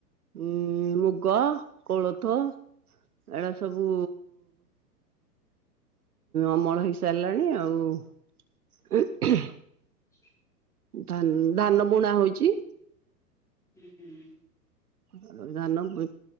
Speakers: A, on the right; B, in the centre.
A: ଉଁ ମୁଗ କୋଳଥ ଏଡା ସବୁ ଅମଳ ହେଇସାରିଲାଣି ଆଉ
B: ସେ
A: ଧାନ ଧାନ ବୁଣା ହଉଚି।
B: ହୁଁ ହୁଁ।
A: ଆଉ ଧାନଷ